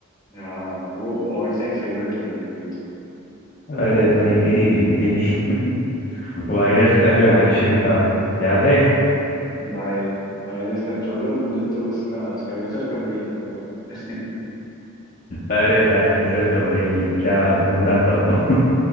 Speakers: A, on the left; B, on the left.
A: हाँ वो ऑल टाइम फेवरेट रहेगी मेरी तो
B: अरे भाई मेरी भी मेरी भी <laughs> वायरस का जो एक्शन था याद है
A: भाई वायरस का छोड़ो मुझे तो उसका साइलेंसर का बढ़िया लगता था <laughs>
B: अरे साइलेंसर तो भाई क्या बंदा था वो <laughs>